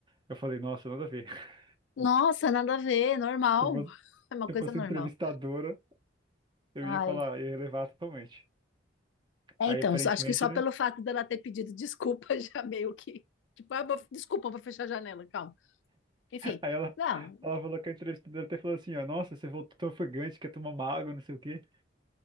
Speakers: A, on the right (about 25°); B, on the left (about 75°).
A: Eu falei, nossa, nada a ver. <laughs>
B: nossa, nada a ver, normal.
A: Se eu fosse,
B: <laughs>
A: se
B: É uma coisa
A: eu fosse
B: normal.
A: entrevistadora, eu
B: Ai,
A: ia falar, eu ia levar totalmente.
B: é,
A: Aí
B: então,
A: aparentemente,
B: só- acho que só
A: né?
B: pelo fato dela ter pedido desculpa <laughs> já meio que. Tipo, ah, vou- desculpa, vou fechar a janela, calma. Enfim,
A: Aí ela,
B: não.
A: ela falou que a entrevistadora até falou assim, ó, nossa, você voltou tão ofegante, quer tomar uma água, não sei o quê.